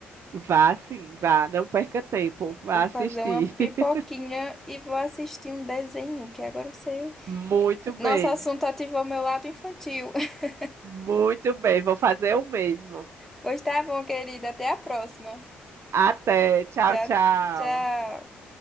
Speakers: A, on the right; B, in the centre.
A: Vá sim, vá, não perca tempo, vá
B: Vou fazer
A: assistir.
B: uma pipoquinha
A: <laughs>
B: e vou assistir um desenho, que agora você.
A: Muito
B: eh,
A: bem,
B: Nosso assunto ativou meu lado infantil. <laughs>
A: muito bem, vou fazer o mesmo.
B: Pois tá bom, querida. Até a próxima.
A: Até, tchau,
B: Tchau,
A: tchau.
B: tchau.